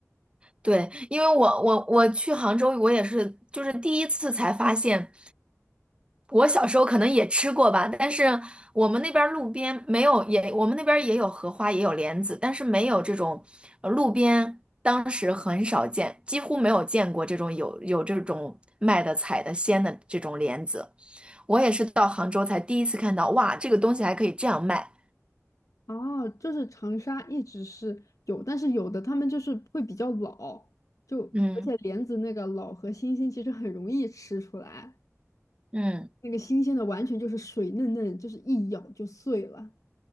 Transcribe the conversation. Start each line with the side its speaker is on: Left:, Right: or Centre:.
Right: 对，因为我我我去杭州，我也是就是第一次才发现，我小时候可能也吃过吧，但是我们那边儿路边没有也，我们那边儿也有荷花，也有莲子，但是没有这种呃路边当时很少见，几乎没有见过这种有有这种卖的采的鲜的这种莲子。我也是到杭州才第一次看到，哇，这个东西还可以这样卖。
Left: 哦，就是长沙一直是有，但是有的他们就是会比较老，就而且莲子那个老和新鲜其实很容易吃出来，
Right: 嗯嗯
Left: 那个新鲜的完全就是水嫩嫩，就是一咬就碎了。